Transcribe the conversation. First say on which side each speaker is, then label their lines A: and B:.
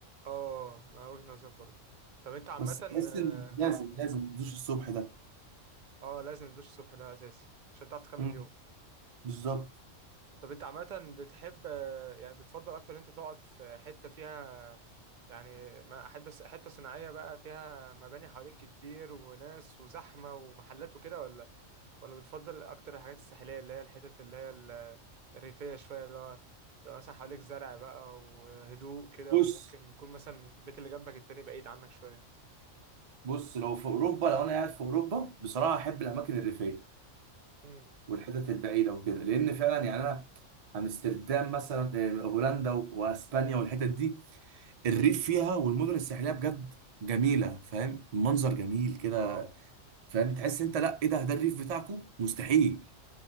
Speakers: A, on the right (about 45°); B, on the right (about 75°).
A: اه ما وجهة نظر برضه طب انت عامه
B: بس تحس
A: اه
B: ان لازم
A: اه
B: لازم تدوس الصبح ده
A: آه، لازم تدوش الصبح ده اساسي عشان تعرف تكمل
B: مم.
A: اليوم
B: بالظبط
A: طب انت عامة بتحب يعني بتفضل اكتر انت تقعد في حتة فيها يعني ما- حتة حتة صناعية بقى فيها مباني حواليك كتير وناس وزحمة ومحلات وكده ولا ولا بتفضل اكتر الحاجات الساحلية اللي هي الحتت اللي هي ال- الريفية شوية اللي هو تبقى مثلا حواليك زرع بقى وهدوء كده
B: بص
A: وممكن يكون مثلا البيت اللي جنبك التاني بعيد عنك شوية
B: بص لو في اوروبا لو انا قاعد في اوروبا بصراحه احب الاماكن الريفيه
A: مم.
B: والحتت البعيده وكده لان فعلا يعني انا امستردام مثلا آه، هولندا و- واسبانيا والحتت دي الريف فيها والمدن الساحليه بجد جميله فاهم المنظر جميل كده
A: اه
B: فاهم تحس انت لا ايه ده ده الريف بتاعكو مستحيل